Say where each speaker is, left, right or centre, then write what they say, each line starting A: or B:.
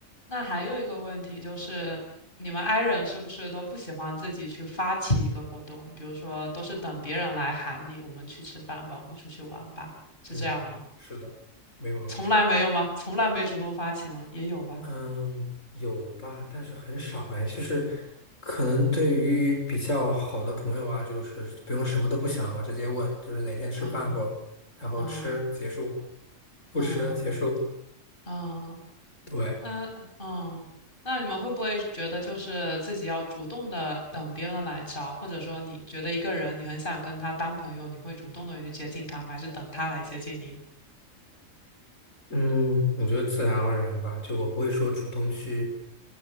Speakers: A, on the left; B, on the left.
A: 那还有一个问题就是，你们 i 人是不是都不喜欢自己去发起一个活动？比如说，都是等别人来喊你，我们去吃饭吧，我们出去玩吧，是这样吗？
B: 嗯，是的，没毛病。
A: 从来没有吗？从来没主动发起吗？也有吧？
B: 嗯，有吧，但是很少哎。就是可能对于比较好的朋友啊，就是不用什么都不想嘛，直接问，就是哪天吃饭不，
A: 嗯
B: 然后吃结束，
A: 啊
B: 不吃结束。
A: 啊啊，
B: 对，
A: 那嗯，那你们会不会觉得就是自己要主动的等别人来找，或者说你觉得一个人你很想跟他当朋友，你会主动的去接近他吗？还是等他来接近你？
B: 嗯，我觉得自然而然吧，就我不会说主动去